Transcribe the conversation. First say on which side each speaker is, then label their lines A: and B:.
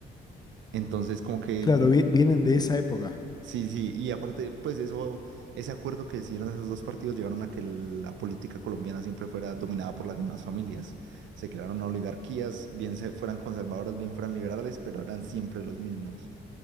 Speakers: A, on the right; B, on the left.
A: entonces como que
B: Claro, vi- vienen de esa época.
A: Sí, sí, y aparte, pues eso, ese acuerdo que hicieron esos dos partidos llegaron a que la política colombiana siempre fuera dominada por las mismas familias. Se crearon oligarquías, bien se- fueran conservadoras, bien fueran liberales, pero eran siempre los mismos.